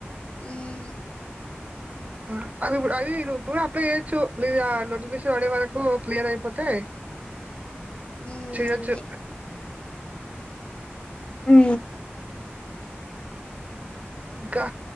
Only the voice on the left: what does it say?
ఉమ్
ఉమ్
అదే ఉ